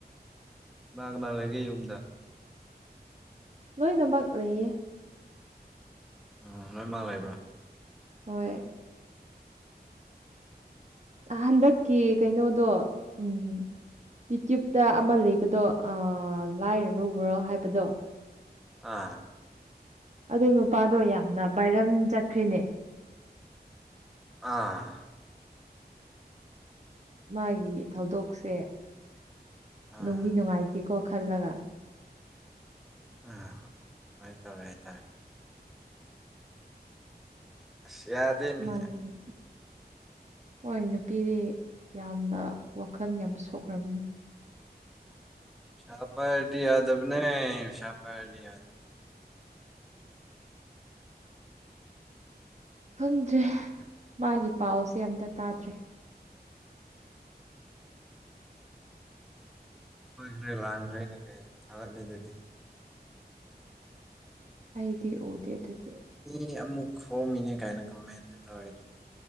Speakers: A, in the centre; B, on the right (about 40°).
A: ꯃꯥꯥꯡꯒ ꯃꯥꯥꯡꯂꯒꯦ ꯌꯨꯝꯗ
B: ꯂꯣꯏꯅꯃꯛ ꯂꯩꯌꯦ
A: ꯎꯝ ꯂꯣꯏ ꯃꯥꯜ ꯂꯩꯕ꯭ꯔꯥ
B: ꯍꯣꯏ ꯍꯟꯗꯛꯀꯤ ꯀꯩꯅꯣꯗꯣ ꯎꯝ ꯌꯨꯇ꯭ꯌꯕꯇ ꯑꯃ ꯂꯩꯕꯗꯣ ꯂꯥꯏꯔꯕ ꯔꯜ ꯍꯥꯏꯕꯗꯣ
A: ꯑꯥ
B: ꯑꯗꯨ ꯅꯨꯄꯥꯗꯣ ꯌꯥꯝꯅ ꯕꯥꯏꯔꯝ ꯆꯠꯈ꯭ꯔꯤꯅꯦ
A: ꯑꯥ
B: ꯃꯥꯒꯤ ꯊꯧꯗꯣꯛꯁꯦ
A: ꯑꯥ
B: ꯅꯨꯡꯗꯤ ꯅꯨꯡꯉꯥꯏꯇꯦꯀꯣ ꯈꯜꯂꯒ
A: ꯑꯥ ꯍꯥꯏ ꯇꯔꯦ ꯍꯥꯏ ꯇꯔꯦ ꯑꯁ ꯌꯥꯗꯦ ꯃ
B: ꯃꯥꯒꯤ ꯍꯣꯏ ꯅꯨꯄꯤꯗꯤ ꯌꯥꯝꯅ ꯋꯥꯈꯜ ꯌꯥꯝ ꯁꯣꯛꯂꯝꯃꯤ
A: ꯁꯥꯄꯄꯥ ꯑꯂꯤ ꯌꯥꯗꯕꯅꯦ ꯁꯥꯄꯄꯥ ꯑꯂꯤ ꯌꯥꯗꯕ
B: ꯈꯪꯗ꯭ꯔꯦ ꯃꯥꯒꯤ ꯄꯥꯎꯁꯦ ꯑꯝꯇ ꯇꯥꯗ꯭ꯔꯦ
A: ꯍ꯭ꯔꯦ ꯂ꯭ꯔꯅ ꯀꯩ ꯂꯩꯗꯗꯤ
B: ꯑꯩꯗꯤ ꯑꯣꯗꯦ ꯑꯗꯨꯗꯤ
A: ꯃꯤ ꯑꯃꯨꯛ ꯈꯣꯝꯃꯤꯅꯦ ꯀꯥꯏꯅ ꯀꯃꯦꯟꯇ ꯇꯧꯔꯤꯁꯤ